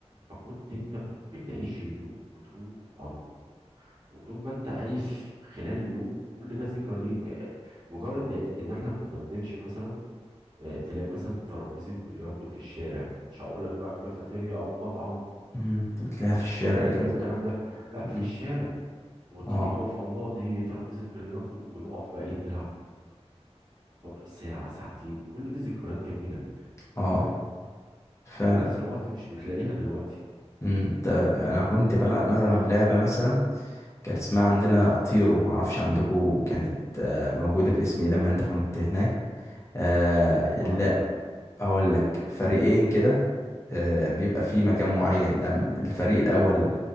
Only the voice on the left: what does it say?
مم، انت بتلاقيها في الشارع
كده
ف...
مم.
اه
اه
فعلا
مم، انت انا كنت بلع- بلعب لعبة مثلا كانت اسمها عندنا اطيرو معرفش عندكم كانت آه، موجودة باسم ايه لما انت كنت هناك آه
لا
هقول لك فريقين كده آه بيبقى
في مكان معين لم- الفريق الاول